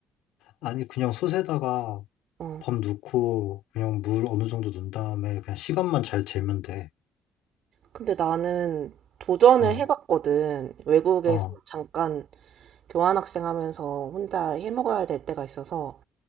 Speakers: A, on the left (about 80°); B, on the right (about 65°).
A: 아니, 그냥 솥에다가
B: 어.
A: 밥 넣고 그냥 물 어느 정도 넣은 다음에 그냥 시간만 잘 재면 돼.
B: 근데 나는 도전을
A: 어,
B: 해봤거든. 외국에서
A: 어,
B: 잠깐 교환학생 하면서 혼자 해먹어야 될 때가 있어서